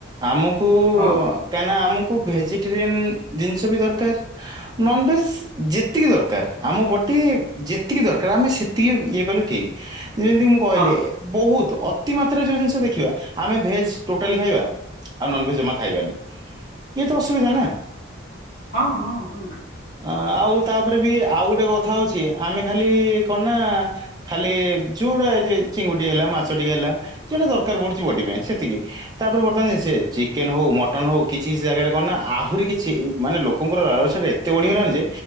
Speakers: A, on the right; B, on the left.
A: ଆମକୁ କୁ
B: ହଁ
A: କାଇଁକିନା ଆମକୁ କଉ ଭେଜିଟେରିଆନ ଜିନିଷ ବି ଦରକାର ନନ ଭେଜ ଯେତିକି ଦରକାର ଆମ ବଡି ଯେତିକି ଦରକାର ଆମେ ସେତିକି ଇଏ କଲେ ଠିକ୍। ଯେମିତି ମୁଁ କହିଲେ
B: ହଁ
A: ବହୁତ ଅ ତିମତ। ତ୍ରେ ଯଉ ଜିନିଷ ଦେଖିବା ଆମେ ଭେଜ। ଟୋଟାଲି ଖାଇବା ଆଉ ନନଭେଜ ଜମା ଖାଇବାନି ଇଏ ତ ଅସୁବିଧା ନା।
B: ହଁ ହଁ ହଁ
A: ଅ ଆଉ ତାପରେ ବି ଆଉ ଗୋଟେ କଥା ହଉଛି। ଆମେ ଖାଲି କଣ ନା ଖାଲି ଯୋଉୁଟା ଯେ ଚିଙ୍ଗୁଡ଼ି ହେଲା ମାଛ ଟିକେ ହେଲା ଯଉଟା ଦରକାର ପଡୁଛି ବଡ଼ି ପାଇଁ ସେତିକି ତାପରେ ବର୍ତ୍ତମାନ ସେ ଚିକେନ ହଉ ମଟନ ହଉ କିଛି କିଛି ଜାଗାରେ କଣ ନା ଆହୁରି କିଛି ମାନେ ଲୋକଙ୍କର ଲାଳସା ଟା ଏ ତେ ବଢ଼ିଗଲାଣି ଯେ